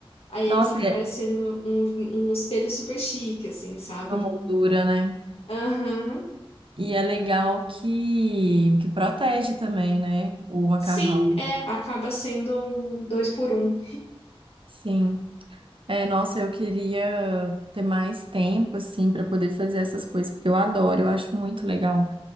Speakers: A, on the left (about 75°); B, on the right (about 60°).
A: Aí
B: Nossa,
A: ele fica
B: e é
A: parecendo um, um espelho super chique, assim, sabe?
B: uma moldura, né?
A: Aham.
B: E é legal que, que protege também, né? O macarrão.
A: Sim, é, acaba sendo um dois por um.
B: Sim. É, nossa, eu queria ter mais tempo, assim, para poder fazer essas coisas, porque eu adoro, eu acho muito legal.